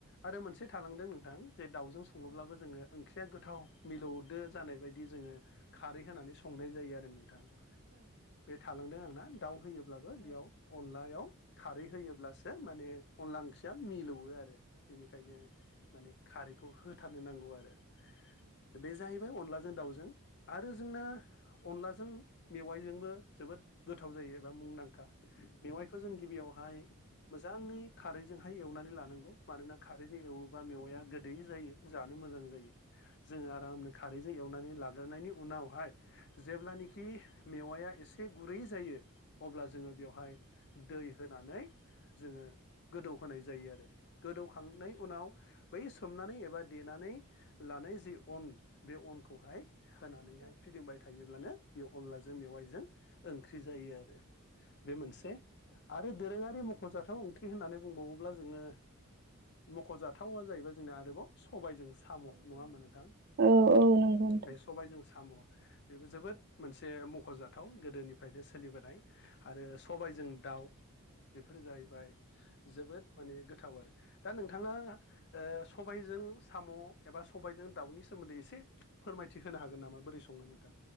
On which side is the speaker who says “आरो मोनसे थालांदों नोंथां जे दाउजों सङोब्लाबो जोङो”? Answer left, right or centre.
Left